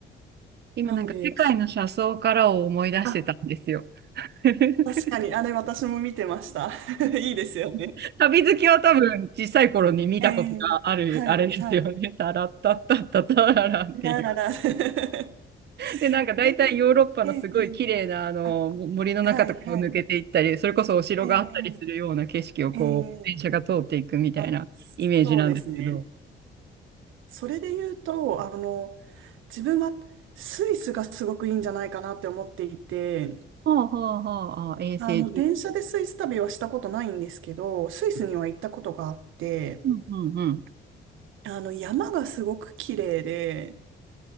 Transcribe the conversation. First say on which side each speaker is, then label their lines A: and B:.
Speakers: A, on the right; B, on the right.
A: 今なんか世界の車窓からを思い出してたんですよ。
B: なんで、あ、
A: <laughs>
B: 確かに、あれ私も見てました。<laughs> いいですよね。
A: 旅好きは多分小さい頃に見たことがある、
B: ええはい、
A: あれですよね。
B: はい。
A: タラッタッタッタタラランっていう。
B: ラララ。<laughs> そ
A: で、なんか大体ヨーロッパのすごい綺麗なあの森の中とかを抜けていったり、
B: れで、ええええあ、はい、はい。
A: それこそお城があったりするような景色をこう、
B: ええええ
A: 電車が通っていくみたいなイメージなんですけど。
B: あ、そうですね。それで言うと、あの、自分はスイスがすごくいいんじゃないかなって思っていて、
A: はあはあはああ衛星重視。
B: あの、電車でスイス旅はしたことないんですけど、スイスには行ったことがあって、
A: うんうんうん。
B: あの、山がすごく綺麗で、